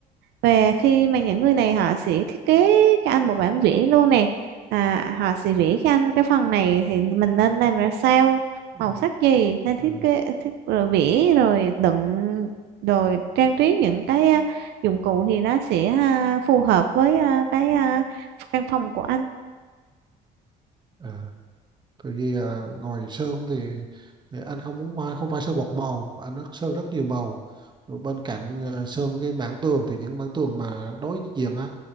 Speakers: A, on the right (about 80°); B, on the right (about 25°).
A: về khi mà những người này họ sẽ thiết kế cho anh một bản vẽ luôn nè À, hỏi CV các anh cái phần này thì mình nên làm ra sao
B: Ừ.
A: màu sắc gì nên thiết
B: Ờ.
A: kế thiết rồi vẽ rồi đựng rồi trang trí những cái à, dụng cụ thì nó sẽ à, phù hợp với à, cái à, căn phòng của anh
B: Ờ. tại vì à, ngồi sơn thì, thì anh không muốn phải không phải sơn một màu mà anh sơn rất nhiều màu Rồi bên cạnh à, sơn cái mảng tường thì những mảng tường mà đối diện á